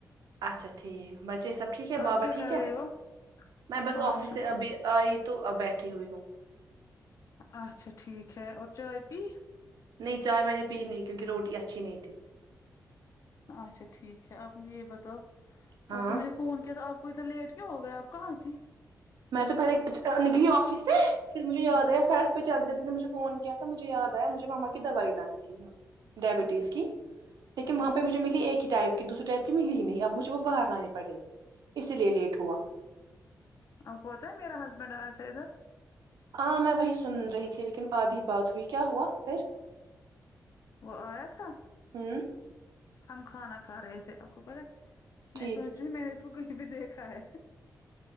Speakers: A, on the right; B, on the left.
A: اچھا ٹھیک بچے سب ٹھیک ہے
B: آپ
A: بابا
B: کیا
A: ٹھیک
B: کر
A: ہے
B: رہے ہو
A: میں بس
B: ہاں
A: آفس
B: شکر
A: سے ابھی آئی تو اب بیٹھی ہوئی ہوں
B: اچھا ٹھیک ہے اور چائے پی
A: نہیں چائے میں نے پی نہیں کیونکہ روٹی اچھی نہیں تھی
B: اچھا ٹھیک ہے آپ مجھے یہ بتاؤ
A: ہاں
B: آپ کو میں نے فون کیا تھا آپ اور عتا لیٹ کیوں ہو گیے آپ کہاں تھی
A: میں تو پہلے نکلی آفس سے پھر مجھے یاد
B: ہاں
A: آیا ساید پہ چلذب نے مجھے فون کیا تھا مجھے یاد آیا مجھے ماما کی دوائی لانی تھی ڈائبٹیز
B: اچھا
A: کی لیکن
B: ہاں
A: وہاں پہ مو ملی ایک ہی ٹائپ کی دوسری ٹائپ کی ملی ہی نہیں اب مجھے وہ باہر لانی پڑے اسی لیے لیٹ ہوا
B: آپکو پتا ہے میرا ہسبینڈ آیا تھا ادھر
A: ہاں میں وہی سن رہی تھی لیکن آدھی بات ہوئی کیا ہوا پھر
B: وہ آیا تھا
A: ہوں
B: ہم کھانا کھا رہے تھے آپ کو پتا میں
A: ٹھیک
B: سوچ رہی میں نے اس کو کہیں پہ دیکھا ہے